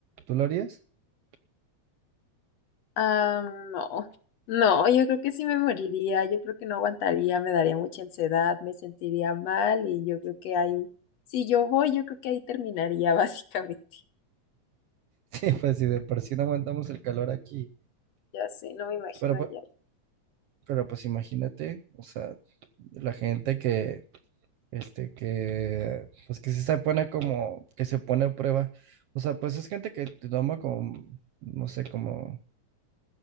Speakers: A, on the right (about 70°); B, on the left (about 65°).
A: ¿Tú lo harías? <laughs>
B: Ah, no, no, yo creo que sí me moriría, yo creo que no aguantaría, me daría mucha ansiedad, me sentiría mal y yo creo que ahí, si yo voy, yo creo que ahí terminaría <laughs> básicamente.
A: Sí, pues si de por sí no aguantamos el calor aquí,
B: Ya sé, no me imagino
A: pero,
B: allá.
A: pu- pero pues imagínate, o sea, la gente que, este, que, pues que sí se pone como, que se pone a prueba, o sea, pues es gente que te toma como, no sé, como